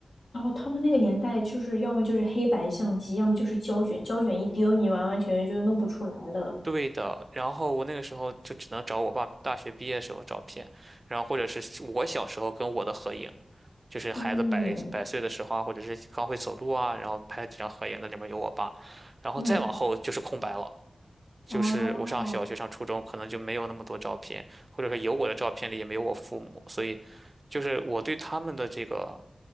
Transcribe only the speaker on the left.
然后他们那个年代就是要么就是黑白相机，要么就是胶卷，胶卷一丢你完完全全就弄不出来了。
嗯
嗯，
哦，